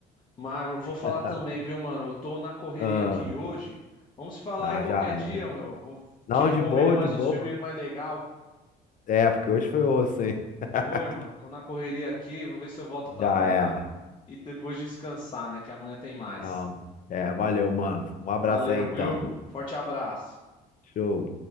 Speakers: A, on the left; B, on the left.
A: Mas eu vou falar
B: <laughs>
A: também, viu, mano? Eu tô na correria
B: Ah,
A: aqui hoje. Vamos falar
B: não,
A: aí qualquer
B: já
A: dia,
B: é.
A: meu. Vou
B: Não,
A: te recomendo
B: de boa,
A: mais
B: de boa.
A: uns filmes mais legal.
B: É, porque hoje foi osso, hein? <laughs>
A: Oi, mano. Tô na correria aqui. Vou ver se eu volto
B: Já
A: a trabalhar
B: é.
A: e depois descansar, né? Que amanhã tem mais.
B: Não. É, valeu, mano. Um abraço
A: Valeu,
B: aí então.
A: viu? Forte abraço.
B: Show.